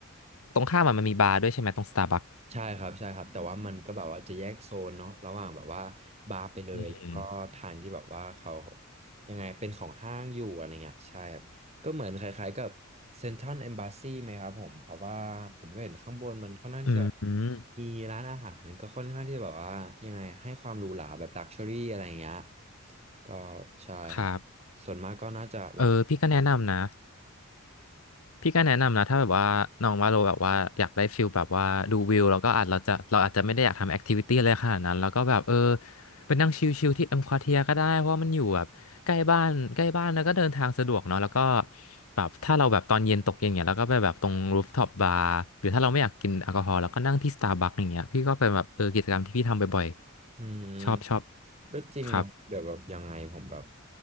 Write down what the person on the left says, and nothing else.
ตรงข้ามอะมันมีบาร์ด้วยใช่ไหมตรงสตาร์บัค
อืม
อืมอืม
ครับ
เออพี่ก็แนะนำนะ พี่ก็แนะนำนะถ้าแบบว่าน้องว่าโลแบบว่าอยากได้ฟิลแบบว่าดูวิวแล้วก็อาจเราจะเราอาจจะไม่ได้อยากทำแอคทิวิตี้อะไรขนาดนั้นแล้วก็แบบเออไปนั่งชิลๆที่เอ็มควอเทียก็ได้เพราะว่ามันอยู่แบบใกล้บ้านใกล้บ้านแล้วก็เดินทางสะดวกเนาะแล้วก็แบบถ้าเราแบบตอนเย็นตกเย็นเนี่ยเราก็ไปแบบตรงรูฟท็อปบาร์หรือถ้าเราไม่อยากกินแอลกอฮอล์เราก็นั่งที่สตาร์บัคอย่างเงี้ยพี่ก็เป็นแบบเออกิจกรรมที่พี่ทำบ่อย
ๆชอบชอบ
ครับ